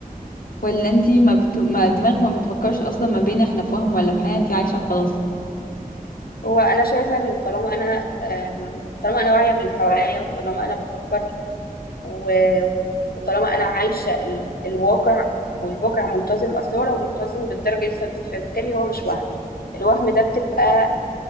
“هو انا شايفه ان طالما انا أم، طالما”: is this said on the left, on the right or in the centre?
Left